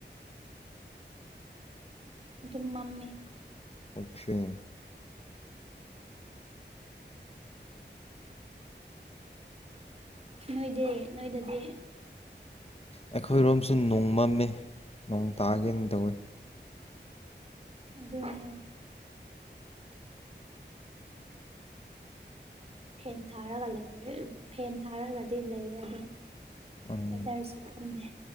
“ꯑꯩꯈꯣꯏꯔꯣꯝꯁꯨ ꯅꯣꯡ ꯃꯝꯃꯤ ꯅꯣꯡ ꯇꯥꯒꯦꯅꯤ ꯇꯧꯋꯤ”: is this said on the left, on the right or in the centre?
Left